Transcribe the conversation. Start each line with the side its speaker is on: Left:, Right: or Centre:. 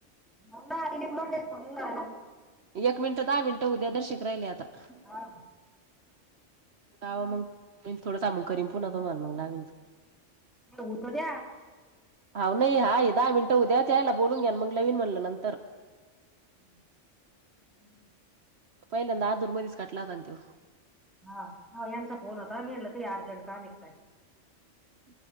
Centre: <unintelligible>
Right: एक मिनिट दहा मिनिट उद्या जराशेक राहिले आता.
Centre: हा हा
Right: वा मग मी थोडं काम करीन पुन्हा तुम्हाला मग लाविन.
Centre: हुत द्या.
Right: हा नाही हाय दहा मिनटं उद्या त्यायला बोलून घ्या मग नवीन म्हणलं नंतर
Centre: <unintelligible>
Right: पहिल्यांदा आदुर मधेच काटला होतान त्यो.
Centre: हा यांचा फोन होता मी म्हलं की अर्जंट काम आहे का काय.